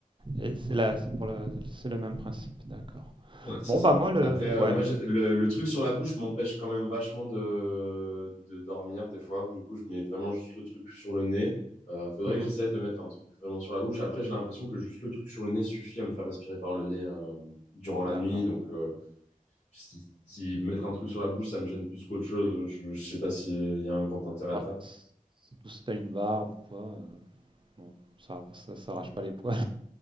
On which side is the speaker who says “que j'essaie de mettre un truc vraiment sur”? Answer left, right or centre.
Left